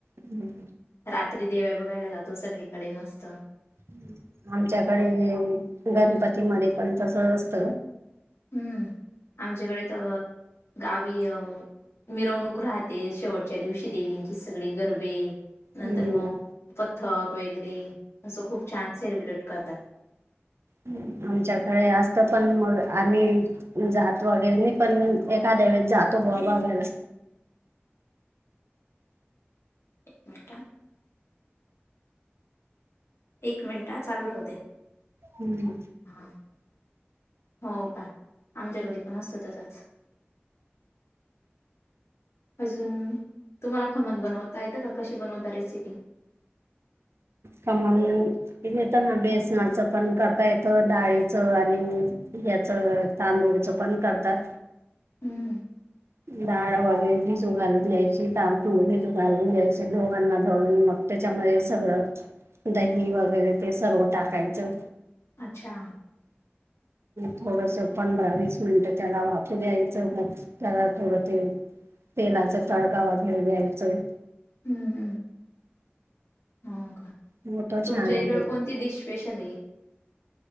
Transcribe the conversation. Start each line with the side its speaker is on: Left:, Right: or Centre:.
Right: हम्म.
Left: रात्री देव्या बघायला जातो सगळीकडे मस्त.
Right: हम. आमच्याकडे गणपती मध्ये पण तसच असत.
Left: हम्म आमच्याकडे तर, गावी अ मिरवणूक राहते. शेवटच्या दिवशी देवींची सगळी गरबे नंतर
Right: हम्म
Left: मग पथक वगैरे असं खूप छान सेलिब्रेट करतात.
Right: हम. आमच्याकडे असत पण मग आम्ही, जातो वगैरे नाही पण एखाद्या वेळेस जातो बुवा बघायला.
Left: एक मिनटं एक मिनिट हा चालू राहू दे.
Right: हम्म.
Left: हा हो का आमच्याकडे पण असतं तसंच. अजून तुम्हाला खमंग बनवता येतं का? कशी बनवता रेसिपी?
Right: खमंग. येत ना. बेसनाचं पण करता येतं. डाळीचं आणि याच तांदूळचं पण करतात.
Left: हम्म
Right: डाळ वगैरे भिजू घालून घ्यायची. तांदूळ भिजू घालून घ्यायचे दोघांना दळून मग त्याच्यामध्ये सगळं दही वगैरे ते सर्व टाकायचं.
Left: अच्छा.
Right: थोडस पंधरा- वीस मिनिटं त्याला वाफू द्यायचं. मग त्याला थोडं ते तेलाचा तडका वगैरे द्यायचंय.
Left: हम. होत का.
Right: मग तो
Left: तुमच्या
Right: छान
Left: इकड
Right: होतो.
Left: कोणती डिश स्पेशल आहे?